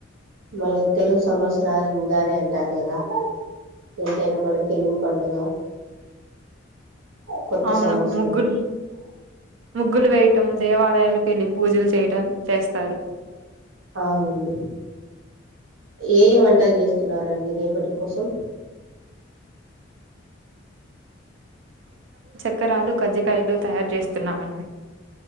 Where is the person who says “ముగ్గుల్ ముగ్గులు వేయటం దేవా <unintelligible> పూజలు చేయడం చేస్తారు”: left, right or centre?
Right